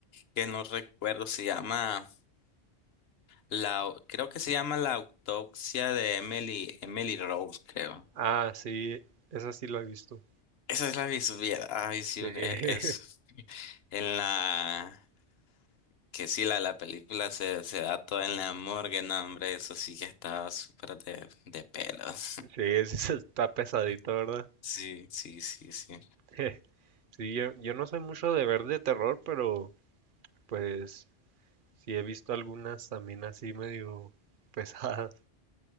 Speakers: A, on the left (about 65°); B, on the right (about 60°).
A: que no recuerdo, se llama la, au- creo que se llama La Autopsia de Emily, Emily Rose, creo.
B: Ah, sí, esa sí la he visto.
A: Esa es la vi, supiera. Ay, sí,
B: Sí,
A: e-
B: <laughs>
A: es <laughs> en la que sí, la, la película se, se da toda en la morgue, no, hombre, eso sí que estaba súper de, de pelos.
B: sí, ese está pesadita,
A: <laughs>
B: ¿verdad?
A: Sí, sí, sí, sí.
B: <laughs> Sí, yo, yo no soy mucho de ver de terror, pero pues sí he visto algunas también así medio <laughs> pesadas.